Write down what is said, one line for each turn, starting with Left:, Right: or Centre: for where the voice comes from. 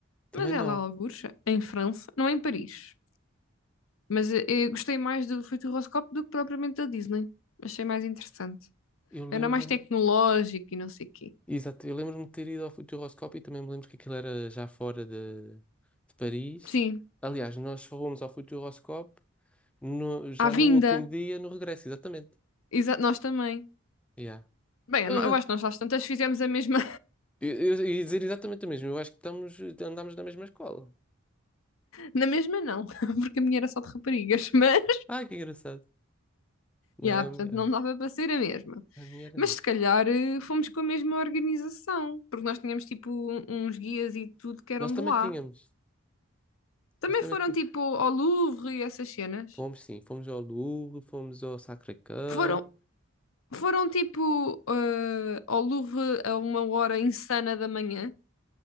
Centre: Também
Left: mas é
Centre: não.
Left: lá algures, em França, não é em Paris. Mas eh, eu gostei mais do Futuroscope do que propriamente da Disney. Achei mais interessante.
Centre: Eu lembro-me.
Left: Era mais tecnológico e não sei o quê.
Centre: Exato, eu lembro-me de ter ido ao futuroscópio e também me lembro que aquilo era já fora de, de Paris.
Left: Sim,
Centre: Aliás, nós só fomos ao futuroscópio no- já
Left: à vinda,
Centre: no último dia, no regresso, exatamente.
Left: exa- nós também.
Centre: Yeah.
Left: Bem, eu
Centre: Ah,
Left: não- eu acho que nós às tantas fizemos a mesma,
Centre: eu, eu ia dizer exatamente o mesmo, eu acho que estamos, andámos na mesma escola.
Left: Na mesma não, <laughs> porque a minha era só de raparigas, <laughs> mas
Centre: Ah, que engraçado. Não,
Left: yeah,
Centre: a
Left: portanto
Centre: minha,
Left: não dava para ser a mesma.
Centre: a minha era
Left: Mas
Centre: mista.
Left: se calhar eh, fomos com a mesma organização, porque nós tínhamos tipo um- uns guias e tudo que eram
Centre: Nós também
Left: de lá.
Centre: tínhamos,
Left: Também
Centre: nós também
Left: foram
Centre: tínhamos.
Left: tipo ao Louvre e essas cenas.
Centre: Fomos sim, fomos ao Louvre, fomos ao Sacré-Cœur.
Left: Foram, foram tipo eh, ao Louvre a uma hora insana da manhã,